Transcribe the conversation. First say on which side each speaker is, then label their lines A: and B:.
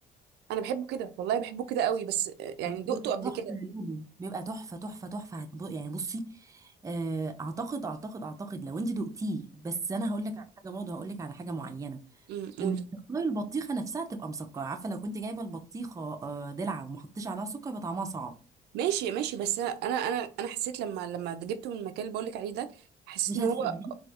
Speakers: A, on the right (about 80°); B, on the right (about 20°).
A: انا بحبه كده والله بحبه كده قوي بس آه، يعني دقته
B: بيبقى
A: قبل
B: تحفه
A: كده
B: لونه بيبقى تحفه تحفه تحفه هت- يعني بصي آه، اعتقد اعتقد اعتقد لو انت دقتيه بس انا هقول لك على حاجه برضه هقول لك على حاجه معينه
A: امم قولي
B: ان تقطيع البطيخه نفسها تبقى مسكره عارفه لو كنت جايبه البطيخه آه، دلع وما حطيتش عليها سكر يبقى طعمها صعب
A: ماشي ماشي بس انا انا انا انا حسيت لما لما جبته من المكان اللي بقولك عليه ده حسيت
B: مش
A: ان
B: هتحبيه
A: هو